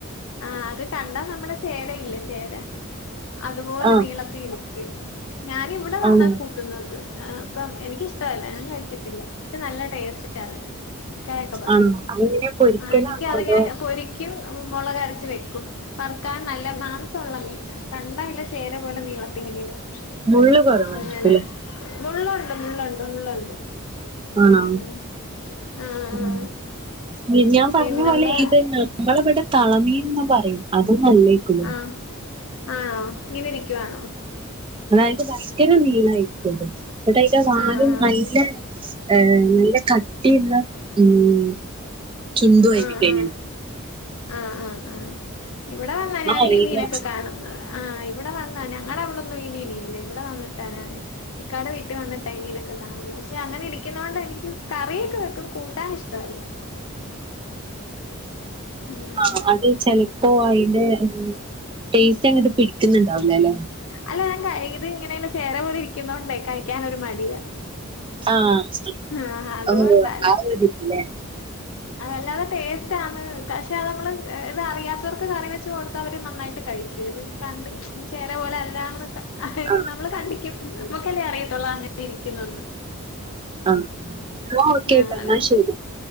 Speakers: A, on the left (about 65°); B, on the right (about 25°).
A: ആഹ് അത് കണ്ടാ നമ്മടെ ചേരയില്ലേ ചേര അതുപോലെ
B: ആഹ്
A: നീളത്തി ഇരിക്കും, ഞാന് ഇവിടെ വന്നാ
B: ആണോ
A: കൂട്ടുന്നത് ആഹ, പ്പം എനിക്കിഷ്ടല്ല ഞാൻ കഴിക്കത്തില്ല പക്ഷെ നല്ല ടേസ്റ്റാന്നറീന്നെ, ഇക്കക്കെ പറയും
B: ആണോ അതെങ്ങനെ പൊരിക്കലാണോ
A: ആഹ എനിക്ക് അത്ഇങ്ങനെ
B: അതോ
A: പൊരിക്കും മുളകരച്ച് വെക്കും, വർക്കാൻ നല്ല മാംസള്ള മീന കണ്ടാ ല്ല ചേര പോലെ നീളത്തി ഇങ്ങനിരിക്കും,
B: മുള്ള് കുറവായിരിക്കുംല്ലേ
A: എങ്ങനെ മുള്ളുണ്ട്, മുള്ളുണ്ട്, മുള്ളുണ്ട്.
B: ആണോ,
A: ഉം ആഹ്
B: ഉം
A: ആഹ്
B: ഞാൻ പറഞ്ഞ
A: പിന്നെന്താ
B: പോലെ ഇത്ങ്ങെ നമ്മളിവിടെ തളമീന്ന് പറയും അതൊന്നല്ലേക്കു,
A: ആഹ് ആണോ, ഇങ്ങനെ ഇരിക്കുവാണോ?
B: അതായത് ഭയങ്കര നീളമായിരിക്കുംത് ന്നിട്ട് അയ്ന്റെ വാലും
A: ആഹ്
B: നല്ല ഹ് നല്ല കട്ടിള്ളെ മ്മ് ചുണ്ടു ആയിരിക്കു
A: ആഹ്
B: അയ്ന്,
A: ആഹ് ആഹ് ആഹ് ആഹ് ഇവിടെ വന്നാ ഞാൻ
B: അറിയില്ല
A: ഈ മീനൊക്കെ കാണുന്നത്, ആഹ്, ഇവിടെ വന്ന ഞങ്ങളെ അവിടൊന്നും ഈ മിനില്ല ഇവിടെ വന്നിട്ടാനാന്, ഇക്കാടെ വീട്ടിൽ വന്നിട്ടായിമീനൊക്കെ കാണുന്നെ പക്ഷെ അങ്ങനെ ഇരിക്കുന്നത് കൊണ്ട് എനിക്ക് കറിയൊക്കെ വെക്കും കൂട്ടാൻ ഇഷ്ട ട്ടവല്ല ഉം
B: ആഹ അത്ച്ചാല്, പ്പൊ അതിന്റെ ടേസ്റ്റ് അങ്‌ട്ട് പിടിക്കുന്നുണ്ടാവൂലലേ,
A: അല്ല ഞാൻ ക ഇത് ഇങ്ങനെ ചേര പോലെ ഇരിക്കുന്നോണ്ടേ കഴിക്കനൊരു മടിയാ,
B: ആഹ്,
A: ആഹ് അതുകൊണ്ടാ
B: ഓഹ് അയ്ജിച്ച് ലേ,
A: അല്ലാതെ ടേസ്റ്റാണ് പക്ഷെത് നമ്മള് ഇത് അറിയാത്തവർക്ക് കറി വെച്ച് കൊടുത്ത അവര് നന്നായിട്ട് കഴിക്കും ഇത്. കണ്ട് ചേര പോലെ അല്ലാന്നൊക്കെ, അതെ
B: ആ
A: നമ്മള് കണ്ടിക്കും നമ്മുക്കല്ലേ അറിയത്തുള്ളൂ എങ്ങനെ ഇരിക്കുന്നുന്ന്,
B: ആ എന്നാ ഓക്കെ
A: ആഹ്
B: ട്ടോ എന്നാ
A: അവര്
B: ശരി